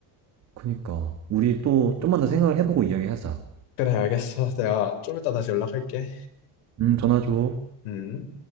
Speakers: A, on the right; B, on the left.
A: 그니까 우리 또 좀만 더 생각을 해보고 이야기하자.
B: 그래, 알겠어. 내가 좀 이따 다시 연락할게.
A: 음 전화 줘.
B: 음.